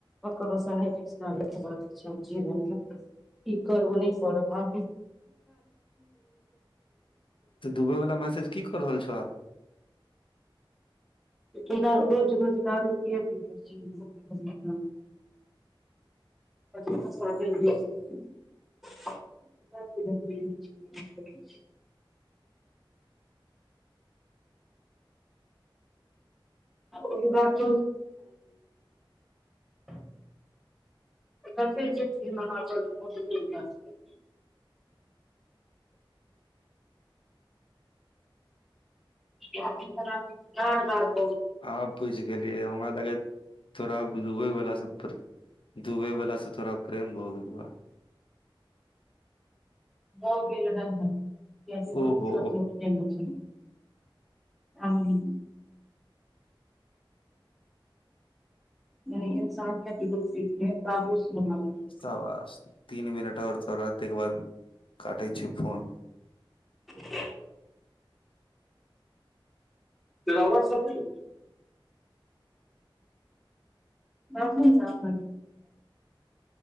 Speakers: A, in the centre; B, on the left.
A: ककरो से रिश्ता नय निभाबै के छै जेबो न कि करब नहि करब आब
B: तऽ दुबई वालला मैसेज की कर रहल छौ?
A: <unintelligible> रोज रोजगार के की भो रहल छै? कथि <unintelligible> <unintelligible> ओहि बात <unintelligible> <unintelligible> किये कि <unintelligible>
B: आब बुझ गेलियै हमरा लागै तोरा दबै बला सब पर दुबई बला सऽ तोरा प्रेम भ गेलौ ह।
A: भौ गेल ह कि बहुत
B: ओहो
A: क <unintelligible> इन्सानियत <unintelligible>
B: शाबाश तीन मिनट आओर थोड़ा ताके बाद काटे छिय फोन
A: <unintelligible> <unintelligible> बाथरूम साफ